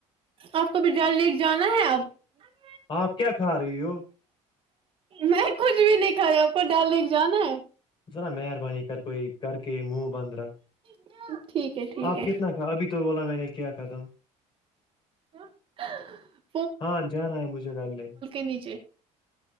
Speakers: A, on the right (about 40°); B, on the left (about 35°).
A: آپ کوبھی ڈل لیک جانا ہے اب <unintelligible>
B: آپ کیا <unintelligible> ک رہے ہو <unintelligible>
A: میں کچھ بھی نہیں کھا آپ کو ڈل لیک جانا ہے <unintelligible>
B: ذرا مہربانی کر کوئی کر کے م <unintelligible> <inaudible>
A: ج <unintelligible> ٹھیک ہے ٹھیک
B: آپ
A: ہے
B: کتنا
A: <unintelligible>
B: کھا ابھی تو بولا میں نے کیا ختم <unintelligible>
A: ہ <unintelligible>
B: ہاں جانا ہے مجھے ڈل لے
A: نیچے